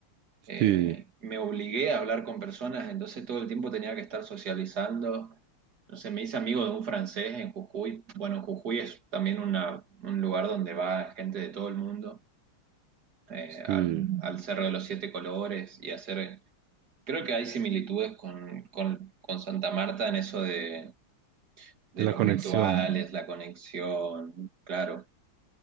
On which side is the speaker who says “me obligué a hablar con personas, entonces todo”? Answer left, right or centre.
Right